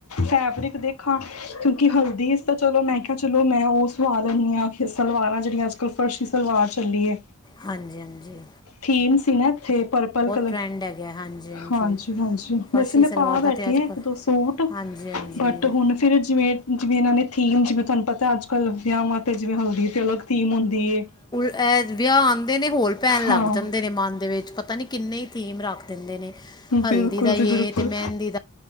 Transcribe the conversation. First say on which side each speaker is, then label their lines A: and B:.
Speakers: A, on the left; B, on the left.
A: ਫੈਬਰਿਕ ਦੇਖਾ। ਕਿਉਂਕਿ ਹਲਦੀ ਵਿਚ ਤੇ ਚਲੋ ਮੈਂ ਕਿਹਾ ਚਲੋ ਮੈਂ ਉਹ ਸਵਾ ਲੈਣੀ ਆ ਸਲਵਾਰਾਂ ਜਿਹੜੀਆਂ ਅੱਜ ਕੱਲ ਫਰਸ਼ੀ ਸਲਵਾਰ ਚੱਲੀ ਏ।
B: ਹਾਂਜੀ-ਹਾਂਜੀ।
A: ਥੀਮ ਸੀ ਨਾ ਇੱਥੇ ਪਰਪਲ ਕਲਰ,
B: ਟਰੈਂਡ ਹੈਗਾ ਹਾਂਜੀ ਹਾਂਜੀ
A: ਹਾਂਜੀ-ਹਾਂਜੀ।
B: ਫਰਸ਼ੀ
A: ਵੈਸੇ ਮੈਂ
B: ਸਲਵਾਰ
A: ਪਾ
B: ਦਾ
A: ਬੈਠੀ
B: ਤਾਂ ਅੱਜ
A: ਆ ਇੱਕ-ਦੋ
B: ਕੱਲ੍ਹ
A: ਸੂਟ
B: ਹਾਂਜੀ ਹਾਂਜੀ
A: ਬਟ ਹੁਣ ਫੇਰ ਜਿਵੇਂ, ਜਿਵੇਂ ਇਹਨਾਂ ਨੇ ਥੀਮ ਜਿਵੇਂ ਤੁਹਾਨੂੰ ਪਤਾ ਅੱਜ-ਕੱਲ੍ਹ ਵਿਆਹਵਾਂ ਤੇ ਜਿਵੇਂ ਹਲਦੀ ਤੇ ਅਲਗ ਥੀਮ ਹੁੰਦੀ ਏ।
B: ਐਹ ਵਿਆਹ ਆਉਂਦੇ ਨੇ ਹੋਰ ਪੈਣ ਲੱਗ
A: ਹਾਂ
B: ਜਾਂਦੇ ਨੇ ਮਨ ਦੇ ਵਿੱਚ ਪਤਾ ਨੀ ਕਿੰਨੇ ਥੀਮ ਰੱਖ ਦਿੰਦੇ ਨੇ। ਹਲਦੀ
A: ਬਿਲਕੁਲ
B: ਦਾ ਯੇ
A: ਜੀ ਬਿਲਕੁਲ
B: ਤੇ ਮਹਿੰਦੀ ਦਾ